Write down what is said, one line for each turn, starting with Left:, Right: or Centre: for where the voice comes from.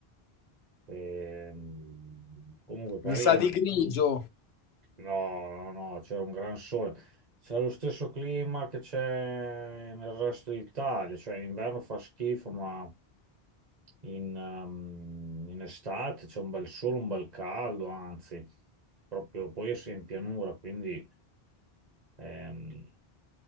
Right: e, mm, comunque carina.
Left: Mi sa di grigio,
Right: No, no, no, c'era un gran sole. C'è lo stesso clima che c'è nel resto d'Italia, cioè in inverno fa schifo, ma in, ehm, in estate c'è un bel sole, un bel caldo, anzi, proprio poi io sono in pianura, quindi ehm,